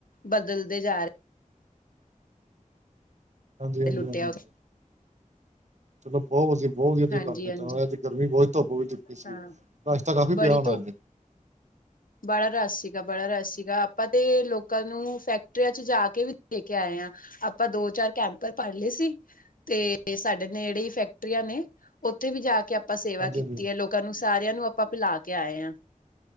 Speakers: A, on the left; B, on the right.
A: ਬਦਲਦੇ ਜਾ ਰਹੇ
B: ਹਾਂਜੀ ਹਾਂਜੀ
A: ਲੁੱਟਿਆ
B: ਹਾਂਜੀ ਹਾਂਜੀ
A: ਉਸ
B: ਚਲੋ ਬਹੁਤ ਵਧੀਆ, ਬਹੁਤ ਵਧੀਆ ਤੁਸੀਂ
A: ਹਾਂਜੀ
B: ਕੰਮ ਕੀਤਾ
A: ਹਾਂਜੀ
B: ਉਹ ਅੱਜ ਗਰਮੀ ਬਹੁਤ ਧੁੱਪ ਵੀ ਦਿੱਤੀ ਸੀ
A: ਹਾਂ
B: ਰਸ਼ ਤਾ ਕਾਫ਼ੀ
A: ਬੜੀ
B: ਪਿਆ ਹੋਣਾ
A: ਧੁੱਪ
B: ਇਥੇ
A: ਬੜਾ ਰਸ਼ ਸੀਗਾ ਬੜਾ ਰਸ਼ ਸੀਗਾ ਆਪਾਂ ਤੇ ਲੋਕਾਂ ਨੂੰ ਫੈਕਟਰੀਆਂ ਚ ਜਾ ਕੇ ਵੀ ਦੇ ਕੇ ਆਏ ਆ ਆਪਾਂ ਦੋ ਚਾਰ ਕੈਂਪ ਪੜ ਲਏ ਸੀ, ਤੇ ਸਾਡੇ ਨੇ ਜਿਹੜੇ ਫੈਕਟਰੀਆਂ ਨੇ ਉੱਥੇ ਵੀ ਜਾ ਕੇ ਆਪਾਂ ਸੇਵਾ
B: ਹਾਂਜੀ
A: ਕੀਤੀ
B: ਹਾਂਜੀ
A: ਹੈ ਲੋਕਾਂ ਨੂੰ ਸਾਰਿਆਂ ਨੂੰ ਆਪਾਂ ਪਿਲਾ ਕੇ ਆਏ ਹਾਂ